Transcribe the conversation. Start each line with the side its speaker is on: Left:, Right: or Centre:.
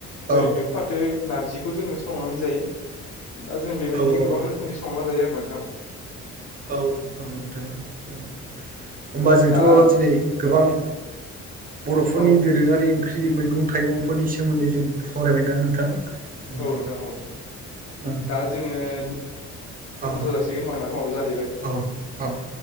Right: औ
Left: ओरैनो फाथो नारजिखौ जोङो संनानै जायो। दा जों बेबायदिनो
Right: औ औ
Left: गोबां रोखोमनि संना जायो आरो नोंथां।
Right: औ औ नोंथां औ। होमबा जोंथ'
Left: दा
Right: दिनै गोबां बर'फोरनि
Left: औ
Right: दोरोङारि ओंख्रि ख्रि मैगं थाइगंफोरनि सोमोन्दै जों सावरायबायना नोंथां? उम
Left: औ नोंथां औ
Right: उम
Left: दा जोङो दोन्थ'
Right: औ
Left: जासिगोन होनबा समाबो जाहैबाय।
Right: औ औ।